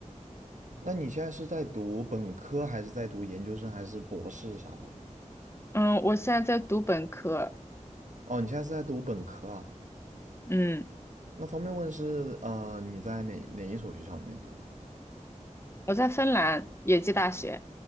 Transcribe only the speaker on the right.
那你现在是在读本科，还是在读研究生，还是博士啥的？
哦，你现在是在读本科啊？
那方便问是呃你在哪哪一所学校里面读吗？